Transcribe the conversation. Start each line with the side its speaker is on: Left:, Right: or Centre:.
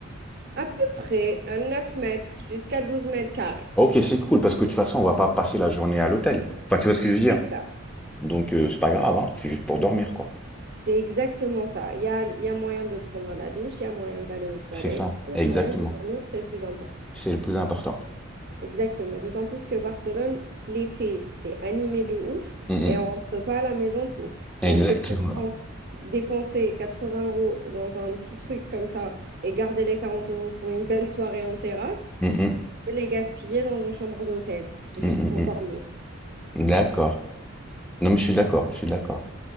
Right: à peu près à 9 mètres jusqu'à 12 mètres carrés.
Centre: Ok, c'est cool, parce que de toute façon, on va pas passer la journée à l'hôtel. Enfin, tu vois ce que je veux dire?
Right: C'est ça.
Centre: Donc, euh, c'est pas grave, hein, c'est juste pour dormir, quoi.
Right: C'est exactement ça. Il y a, il y a moyen de prendre la douche, il y a moyen d'aller aux toilettes,
Centre: C'est ça,
Right: et il
Centre: exactement.
Right: y a moyen de dormir, c'est le plus important.
Centre: C'est le plus important.
Right: Exactement. D'autant plus que Barcelone, l'été, c'est animé de ouf
Centre: Mm,
Right: et
Centre: mm.
Right: on rentre pas à la maison tôt.
Centre: Exactement.
Right: Donc, de préférence, dépenser 80 euros dans un petit truc comme ça et garder les 40 euros pour une belle soirée en terrasse,
Centre: Mm, mm.
Right: que les gaspiller dans une chambre d'hôtel, juste
Centre: Mm, mm,
Right: pour dormir.
Centre: mm. D'accord. Non, mais je suis d'accord, je suis d'accord.